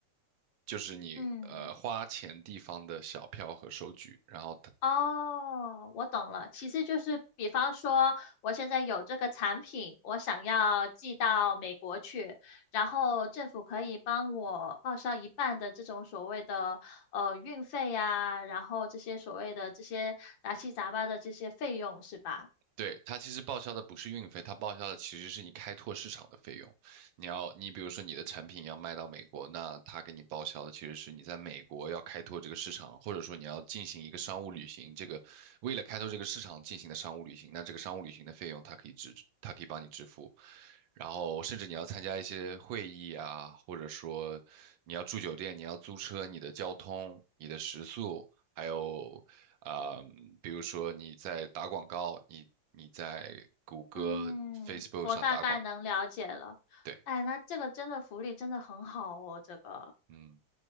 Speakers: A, on the right; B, on the left.
A: 就是你呃花钱地方的小票和收据，
B: 嗯。
A: 然后它
B: 哦，我懂了。其实就是，比方说，我现在有这个产品，我想要寄到美国去，然后政府可以帮我报销一半的这种所谓的呃运费呀，然后这些所谓的这些杂七杂八的这些费用，是吧？
A: 对，它其实报销的不是运费，它报销的其实是你开拓市场的费用。你要，你比如说你的产品要卖到美国，那它给你报销的其实是你在美国要开拓这个市场，或者说你要进行一个商务旅行，这个为了开拓这个市场进行的商务旅行，那这个商务旅行的费用它可以支，它可以帮你支付。然后甚至你要参加一些会议啊，或者说你要住酒店，你要租车，你的交通、你的食宿，还有啊、呃比如说你在打广告，你你在谷歌、
B: 嗯，
A: Facebook
B: 我大概能了解了。
A: 上打广告对，
B: 哎，那这个真的福利真的很好哦，这个，
A: 嗯，